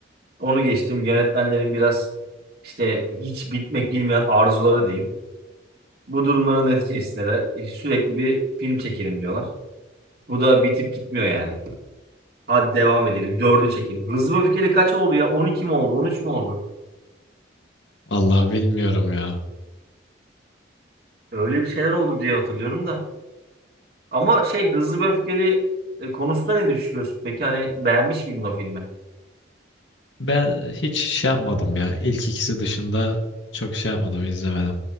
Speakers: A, on the right (about 55°); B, on the left (about 75°).
A: Onu geçtim. Yönetmenlerin biraz işte hiç bitmek bilmeyen arzuları diyeyim. Bu durumların neticesinde de e, sürekli bir film çekelim diyorlar. Bu da bitip gitmiyor yani. Hadi devam edelim. Dördü çekelim. Hızlı ve Öfkeli kaç oldu ya? 12 mi oldu? 13 mü oldu?
B: Allah bilmiyorum ya.
A: Öyle bir şeyler oldu diye hatırlıyorum da. Ama şey Hızlı ve Öfkeli e, konusunda ne düşünüyorsun? Peki hani beğenmiş miydin o filmi?
B: Ben hiç şey yapmadım ya. İlk ikisi dışında çok şey yapmadım izlemedim.